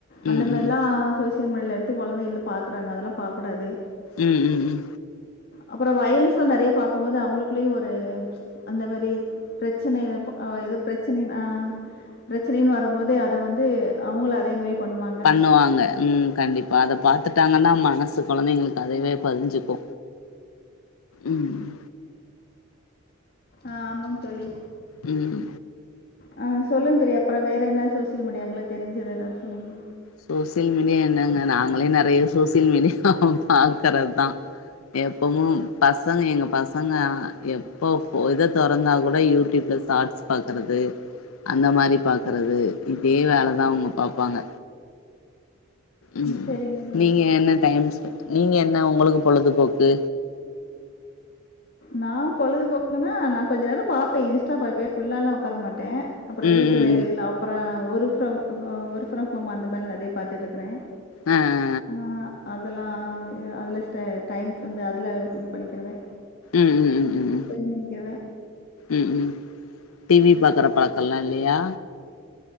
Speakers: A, on the left; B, on the left.
A: அந்த
B: ம்
A: மாரிலா சோசியல் மீடியல த்து கொழந்தையில்லு பாக்குறாங்க அதெல்லா பாக்கூடாது
B: ம் ம் ம்
A: அப்றோ வய்லன்ஸ்ல நெறைய பாக்கும் போது அவுங்களுக்குள்ளயு ஒரு அந்த மாரி பிரச்சனை ஆ எதோ பிரச்சனை ஆ பிரச்சனைன்னு வரும்போது அத வந்து அவங்கள அதே மாரியே பண்ணுவாங்
B: பண்ணுவாங்க ம் கண்டிப்பா அத பாத்துட்டாங்கன்னா மனசு கொழந்தைங்களுக்கு அதுவே பதிஞ்சுக்கு ம்
A: ஆ ஆமாங் தோழி
B: ம்
A: ஆ சொல்லுங்க தெரியு அப்பற வேற என்ன சோசியல் மீடியா உங்களுக் தெரிஞ்சது எதாவது சொல்லுங்க
B: சோசியல் மீடியா என்னங்க நாங்களே நெறைய சோசியல் மீடியா பாக்குறதுதா எப்பமு பசங்க எங்க பசங்க எப்போ இதை தொறந்தா கூட யூடியூப்ல ஷார்ட்ஸ் பாக்கறது அந்த மாரி பாக்கறது இதே வேலை தா அவங்க பாப்பாங்க ம்
A: சரிங்க தோழி.
B: நீங்க என்ன டைம்ஸ் நீங்க என்ன உங்களுக்கு பொழுது போக்கு
A: நா பொழுதுபோக்குன்னா நா கொஞ்சு நேர பாப்பே இன்ஸ்டா பாப்பே ஃபுல்லாலா உக்கார மாட்டே அப்புறோ
B: ம்
A: வீட்டு
B: ம்
A: வேலைகள்
B: ம்
A: அப்புறோ work from work from home அந்த மாரி நெறேய பாத்துட்டுருக்குறே
B: ஆ ஆ
A: ஆ அதெல்லா அதுல ஸ்ட டைம் வந்து அதுல இது பண்ணிக்கிருவே
B: ம் ம் ம் ம்
A: பண்ணிக்கிறுவே
B: ம் ம் டி வி பாக்குற பழக்கோல்லா இல்லையா